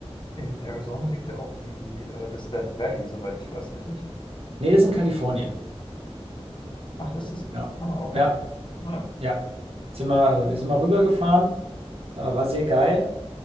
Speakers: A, on the left; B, on the right.
A: In Arizona liegt ja auch die, äh, das Death Valley, soweit ich weiß, richtig?
B: Nee, das ist in Kalifornien.
A: Ach, ist es?
B: Ja,
A: Ah, okay.
B: ja,
A: Ah, ja.
B: ja. Sind wir, wir sind mal rübergefahren, äh, war sehr geil.